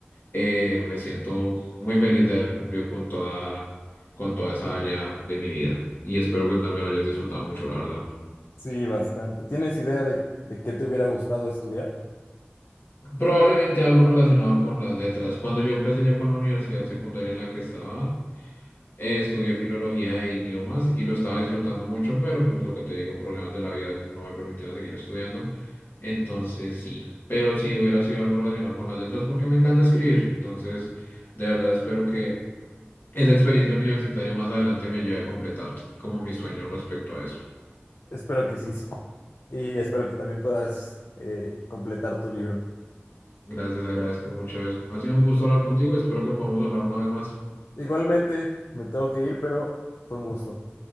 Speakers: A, on the left; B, on the left.
A: Eh, me siento muy feliz de haber cumplido con toda, con toda esa área de mi vida. Y espero que también lo hayas disfrutado mucho, la verdad.
B: Sí, bastante. ¿Tienes idea de, de qué te hubiera gustado estudiar?
A: Probablemente algo relacionado con las letras. Cuando yo empecé ya con la universidad secundaria en la que estaba, eh, estudié filología e idiomas y lo estaba disfrutando mucho, pero pues lo que te digo, problemas de la vida no me permitieron seguir estudiando. Entonces sí, pero si hubiera sido algo relacionado con las letras porque me encanta escribir. Entonces, de verdad espero que Esa experiencia universitaria más adelante me llevé a completar como mis sueños respecto a eso.
B: Espero que sí. Y espero que también puedas eh, completar tu libro.
A: Gracias, agradezco mucho eso. Ha sido un gusto hablar contigo, espero que podamos hablar una vez más.
B: Igualmente, me tengo que ir, pero fue un gusto.